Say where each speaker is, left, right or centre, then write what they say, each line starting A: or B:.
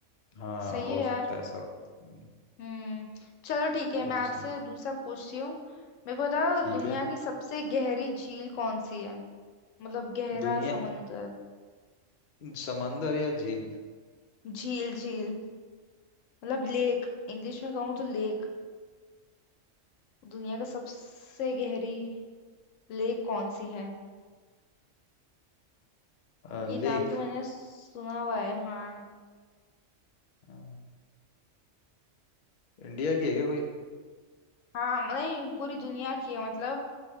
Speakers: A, on the left; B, on the left.
A: हाँ
B: सही
A: हो
B: है यार
A: सकता है ऐसा हम्म,
B: हम्म चलो ठीक है
A: वो
B: मैं आपसे
A: तो सही है
B: दूसरा पूछती हूँ मेरे को बताओ
A: ठीक
B: दुनिया
A: है
B: की सबसे गहरी झील कौन सी है मतलब गहरा
A: दुनिया
B: समंदर
A: समंदर या झील
B: झील झील मतलब लेक इंग्लिश में कहूँ तो लेक दुनिया का सबसे गहरी लेक कौन सी है
A: अ,
B: ये
A: लेक
B: नाम तो मैंने सुना हुआ है हाँ
A: अ, इंडिया की है क्या कोई
B: हाँ नहीं पूरी दुनिया की है मतलब